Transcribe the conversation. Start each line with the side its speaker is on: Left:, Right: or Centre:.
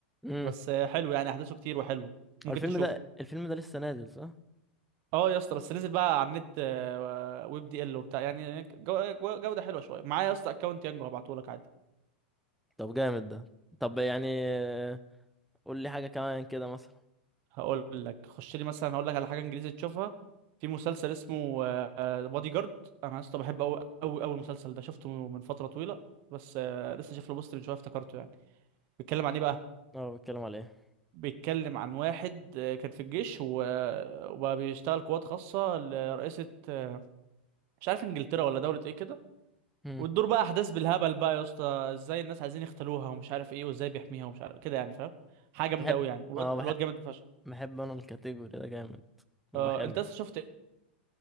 Centre: امم
Right: بس آه حلو يعني احداثه كتير وحلو ممكن
Centre: هو الفيلم
Right: تشوفه
Centre: ده الفيلم ده لسه نازل صح
Right: اه يا اسطى بس نزل بقى على النت آه ويب دي ال وبتاع يعني جو... جو... جوده حلوه شويه معايا يا اسطى اكونت يانجو هبعته لك عادي
Centre: طب جامد ده طب يعني آه، قول لي حاجه كمان كده مثلا
Right: هقول لك خش لي مثلا هقول لك على حاجه انجليزي تشوفها في مسلسل اسمه بادي جارد انا لسه بحب قوي قوي قوي المسلسل ده شفته من فتره طويله بس آه، لسه شايف له بوست من شويه افتكرته يعني بيتكلم عن ايه بقى
Centre: اه بتكلم على ايه
Right: بيتكلم عن واحد آه، كان في الجيش و- آه، وبقى بيشتغل قوات خاصه لرئيسه آه، مش عارف انجلترا ولا دوله ايه كده
Centre: امم
Right: وتدور بقى احداث بالهبل بقى يا اسطى ازاي الناس عايزين يختلوها ومش عارف ايه وازاي بيحميها ومش عارف كده يعني فاهم حاجه جامده
Centre: بحب
Right: قوي يعني والواد
Centre: اه
Right: الواد
Centre: بحب
Right: جامد فشخ
Centre: بحب انا الكاتيجوري ده جامد بيبقى
Right: آه،
Centre: حلو
Right: انت لسه شفت إيه